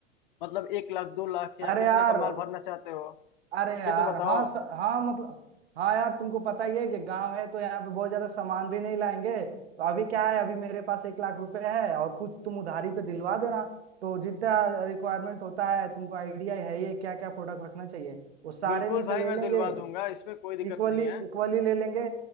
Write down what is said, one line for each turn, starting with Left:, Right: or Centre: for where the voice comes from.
Left: मतलब एक लाख दो लाख या
Right: अरे
Left: कितने
Right: यार
Left: का माल भरना चाहते हो
Right: अरे यार
Left: ये तो बताओ
Right: हाँ स, हाँ मतलब हाँ यार तुमको पता ही है कि गांव है तो यहाँ पे बहुत ज्यादा सामान भी नहीं लाएंगे तो अभी क्या है अभी मेरे पास एक लाख रुपए है और कुछ तुम उधारी पे दिलवा देना तो जितना रिक्वायरमेंट होता है तुमको आइडिया है ही क्या क्या प्रोडक्ट रखना चाहिए वो सारे
Left: बिल्कुल
Right: में से
Left: भाई
Right: ले
Left: मैं
Right: लेंगे
Left: दिलवा दूंगा इसमें कोई दिक्कत
Right: इक्वली
Left: नहीं है
Right: इक्वली ले लेंगे